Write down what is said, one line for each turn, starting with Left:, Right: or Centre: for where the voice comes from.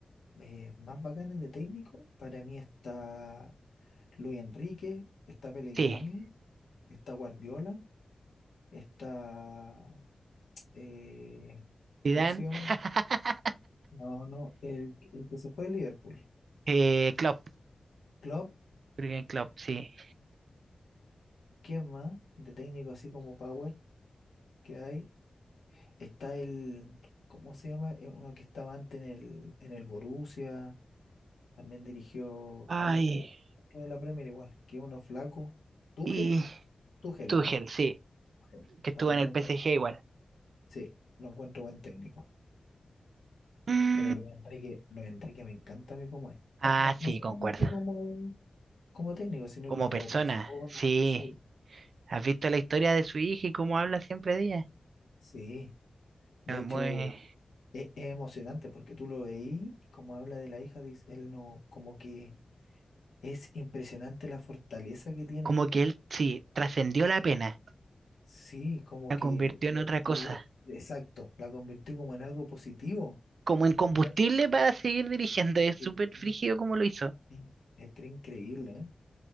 Left: eh, más bacanes de técnico, para mí está Luis Enrique, está Pellegrini,
Right: sí,
Left: está Guardiola, está eh,
Right: Zidane,
Left: ¿cómo se llama?
Right: <laughs>
Left: No, no, el, el que se fue de Liverpool.
Right: eh, Klopp,
Left: Klopp,
Right: Jürgen Klopp, sí.
Left: ¿quién más? De técnico así como Power que hay. Está el, ¿cómo se llama? Eh, Uno que estaba antes en el, en el Borussia, también dirigió,
Right: Ay,
Left: ahora está ahí, otro de la Premier igual, que es uno flaco. Tuchel,
Right: y
Left: Tuchel,
Right: Tuchel,
Left: ¿o no?
Right: sí,
Left: Tuchel.
Right: que estuvo
Left: También
Right: en el
Left: lo
Right: PSG
Left: encuentro,
Right: igual.
Left: sí, lo encuentro buen técnico.
Right: Mm,
Left: Pero Luis Enrique, Luis Enrique me encanta a mí como es.
Right: Ah,
Left: Ta- No, no
Right: sí,
Left: solamente
Right: concuerdo.
Left: como, como técnico, sino
Right: Como
Left: que como
Right: persona,
Left: persona,
Right: sí.
Left: sí,
Right: ¿Has visto la historia de su hija y cómo habla siempre de ella?
Left: Sí, de
Right: Ah,
Left: hecho
Right: muy-
Left: e- es, emocionante porque tú lo veí y como habla de la hija, dice, él no, como que es impresionante la fortaleza que tiene.
Right: Como que él, sí, trascendió la pena,
Left: Sí, como
Right: la
Left: que
Right: convirtió
Left: lo,
Right: en otra cosa.
Left: lo ve, exacto, la convirtió como en algo positivo.
Right: como en combustible
Left: en algo
Right: para seguir dirigiendo. Es súper
Left: que- que-
Right: frígido como lo hizo.
Left: que- eh, que era increíble, ¿eh?